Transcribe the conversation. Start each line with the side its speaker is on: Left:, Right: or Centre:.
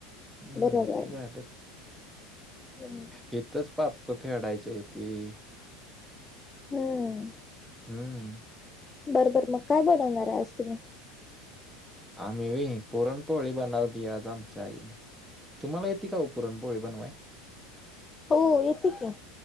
Centre: हम्मम्
Left: बरोबर
Centre: ते झालं
Left: हम्म
Centre: हेथच पाप्प फेडायचे आहे.
Left: हम्म.
Centre: हम्म.
Left: बरं बर मग. काय बनवणार आहे आज तुम्ही?
Centre: आम्ही होय, पुरणपोळी बनवलि आज आमच्या आई न. तुम्हाला येती का पुरणपोळी बनवायला?
Left: हो येते की.